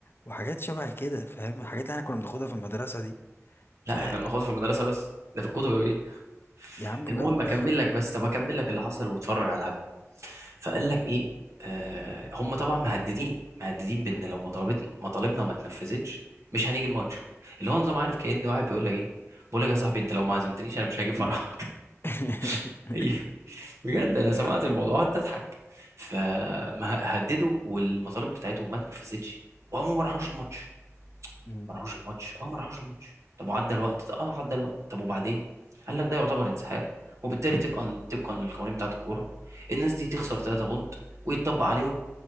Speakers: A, on the left; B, on the right.
A: وحاجات شبه كده فاهم الحاجات اللي احنا كنا بناخدها في المدرسة دي
B: <laughs>
A: فيا
B: لا احنا بناخدها في المدرسه بس ده في الكتب يا بيه
A: عم بجد
B: المهم
A: <laughs>
B: اكمل لك بس طب اكمل لك اللي حصل واتفرج على الهبل فقال لك ايه آه هم طبعا مهددين مهددين بان
A: مم.
B: لو مطالبت مطالبنا ما اتنفذتش مش هنيجي الماتش اللي هو نظام عارف كأن واحد بيقول لك ايه بقول لك يا صاحبي انت لو ما عزمتنيش انا مش هاجي فرحك
A: <laughs>
B: <laughs> هي بجد انا سمعت الموضوع قعدت اضحك فهددوا والمطالب بتاعتهم ما اتنفذتش وهم ما راحوش الماتش
A: مم.
B: ما راحوش الماتش اه ما راحوش الماتش طب وعدى الوقت اه عدى الوقت طب وبعدين قال لك ده يعتبر انسحاب وبالتالي تبقى طبقا للقوانين بتاعه الكوره الناس دي تخسر 3 بونت ويتطبق عليهم